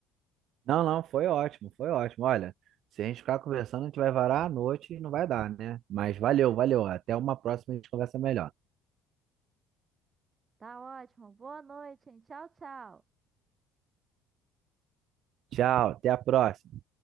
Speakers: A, on the right (about 60°); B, on the right (about 35°).
A: Não, não, foi ótimo, foi ótimo. Olha, se a gente ficar conversando, a gente vai varar a noite e não vai dar, né? Mas valeu, valeu. Até uma próxima, a gente conversa melhor.
B: Tá ótimo. Boa noite, hein? Tchau, tchau.
A: Tchau, até a próxima.